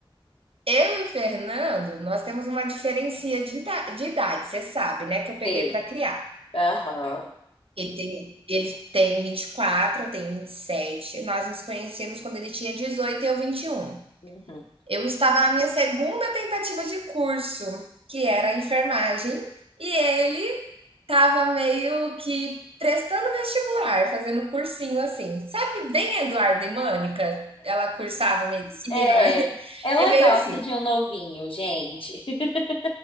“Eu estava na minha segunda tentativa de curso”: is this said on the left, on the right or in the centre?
Right